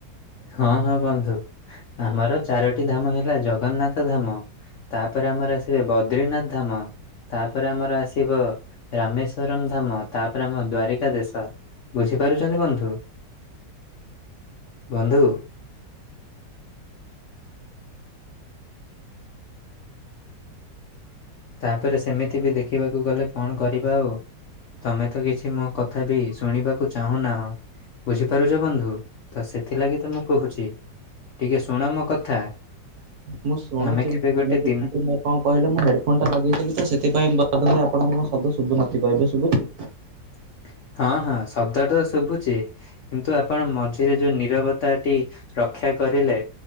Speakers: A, on the left; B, on the right.
A: ହଁ ହଁ ବନ୍ଧୁ ଆମର ଚାରୋଟି ଧାମ ହେଲା ଜଗନ୍ନାଥ ଧାମ ତାପରେ ଆମର ଆସିବେ ବଦ୍ରିନାଥ ଧାମ ତାପରେ ଆମର ଆସିବ ରାମେଶ୍ୱରମ ଧାମ ତାପରେ ଆମ ଦ୍ଵାରିକା ଦେଶ ବୁଝିପାରୁଛନ୍ତି ବନ୍ଧୁ? ବନ୍ଧୁ ତାପରେ ସେମିତି ବି ଦେଖିବାକୁ ଗଲେ କଣ କରିବା ଆଉ ତମେ ତ କିଛି ମୋ କଥା ବି ଶୁଣିବାକୁ ଚାହୁଁ ନାହଁ ବୁଝିପାରୁଛ ବନ୍ଧୁ ତ ସେଥିଲାଗି ତ ମୁଁ କହୁଛି ଟିକେ ଶୁଣ ମୋ କଥା।
B: ମୁଁ ଶୁଣୁଛି
A: ଆମେ କେବେ
B: ମୁଁ
A: ଗୋଟେ
B: ଶୁଛି
A: ଦିନ
B: କିନ୍ତୁ ମୋର କଣ କହିଲେ ମୁଁ ଫୋନ ଟା ଲଗେଇଥିଲି ତ ସେଥିପାଇଁ ବଧ ହୁଏ ଆପଣଙ୍କୁ ମୋ ଶବଦ ଶୁଭୁନଥିବ ଏବେ ଶୁଭୁଛି
A: <inaudible> ହଁ ହଁ ଶବ୍ଦଟା ତ ଶୁଭୁଛି କିନ୍ତୁ ଆପଣ ମଝିରେ ଯୋଉ ନିରବତାଟି ରକ୍ଷା କରିଲେ